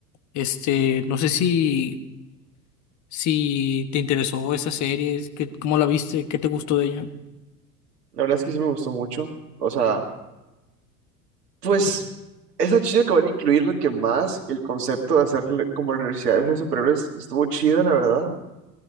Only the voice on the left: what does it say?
Este, no sé si, si te interesó esa serie, es que, ¿cómo la viste? ¿Qué te gustó de ella?